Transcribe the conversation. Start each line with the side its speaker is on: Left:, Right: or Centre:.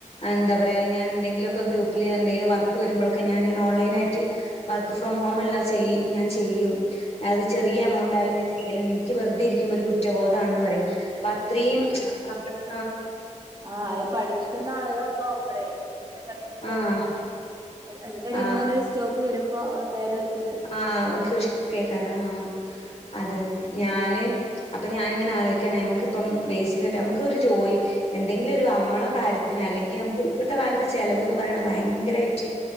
Left: എന്താ പറയാ ഞാൻ എന്തെലൊക്കെ ഗ്രൂപ്പിൽ എന്തെങ്കിലും വർക്ക് വരുമ്പോഴൊക്കെ ഞാനിങ്ങനെ ഓൺലൈനായിട്ട് വർക്ക് ഫ്രം ഹോം എല്ലാം ചെയ്യ് ഞാൻ ചെയ്യും അത് ചെറിയ എമൗണ്ട്
Right: അങ്ങനെ
Left: ആയാലും ഞാൻ ചെയ്യലുണ്ട് എനിക്ക് വെറുതെ ഇരിക്കുമ്പൊ ഒരു കുറ്റബോധമാണെന്ന് പറയും. പ്പഅത്രയും
Right: അത് ശരിയാ
Left: അ
Right: ആഹ് അത് പഠിച്ചിക്കുന്ന ആളുകളൊക്കെ ആവുമ്പളേ കണ്ടിന്യൂസായി
Left: ആഹ്
Right: പഠിക്കണേ അതിനിടയിൽ
Left: ആഹ്
Right: ഇങ്ങനെ ഒരു സ്റ്റോപ്പ് വരുമ്പോ എന്തായാലും. അവർക്കൊരു
Left: ആഹ്
Right: ഇതായി
Left: ഒരുക്ക് ഇഷ്കേക്കാനോ ആഹ് അതെ അതെ ഞാന് അപ്പൊ ഞാനിങ്ങനെ ആലോചിക്കയണേ നമ്മക്കിപ്പം ബേസിക്കായിട്ട് നമുക്കൊരു ഒരു ജോലി എന്തെങ്കിലും ഒരു അമ്മള കാര്യത്തിന് അല്ലെങ്കിൽ നമുക്ക് ഇപ്പഴത്തെ കാലത്ത് ചെലവന്ന് പറയണ ഭയങ്കരായിട്ട്